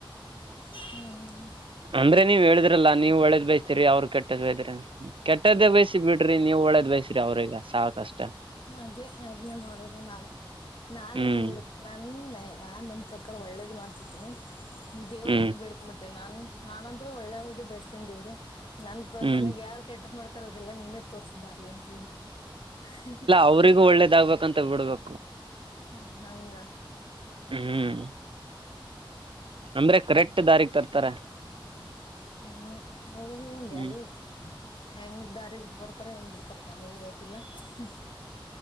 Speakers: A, on the left; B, on the right.
A: ಹ್ಮ್.
B: ಅಂದ್ರೆ ನೀವ್ ಹೇಳಿದ್ರಲ್ಲಾ ನೀವು ಒಳ್ಳೇದ್ ಬಯಸ್ತೀರಿ ಅವ್ರ ಕೆಟ್ಟದ್ ಬೈದ್ರಿ ಕೆಟ್ಟದ್ದೇ ಬಯಸಿ ಬಿಡ್ರಿ ನೀವು ಒಳ್ಳೇದ್ ಬೈಸ್ರಿ ಅವ್ರಿಗೆ ಸಾಕ್ ಅಷ್ಟೇ.
A: ಅದೇ ಅದನ್ನೇ ಮಾಡುದು ನಾನು ನಾನೇನ್
B: ಹ್ಮ್
A: ಬಿಡು ನನ್ನ ನಾನಂತ. ಒಳ್ಳೇದ್ ಮಾಡ್ತಿರ್ತೀನಿ ದೇವ್ರ
B: ಹ್ಮ್
A: ಬೆಡ್ಕೊ ಬಿಡ್ತೀನಿ ನಾನು. ನಾನಂದ್ರೂ ಒಳ್ಳೆ ಹೋದೆ ಬಯಸಿತೀನಿ ದೇವ್ರೇ ನನ್ಪ್ರ
B: ಹ್ಮ್
A: ನನಗ್ ಯಾರ ಕೆಟ್ಟದ ಮಾಡ್ತ. ಅವ್ರ್ಗೆಲ್ಲ ನೀನೇ ತೋರಿಸು ದಾರಿ ಅಂತ <unintelligible>
B: ಅವ್ರರಿಗು ಒಳ್ಳೇದಾಗ್ಬೇಕಂತ ಬಿಡ್ಬೇಕು.
A: ಹ್ಮ ಹಂಗ.
B: ಹ್ಮ್. ಅಂದ್ರೆ ಕರೆಕ್ಟ್ ದಾರಿ ತರ್. ತರೆ
A: <unintelligible>
B: ಹ್ಮ್
A: ಹೆಂಗ ದಾರಿಗ ಬರ್ತಾರ ಹೆಂಗ ಬಿಡ್ತಾರೊ ನಮಗೂ ಗೊತ್ತಿಲ್ಲಾ ಹ್ಮ್.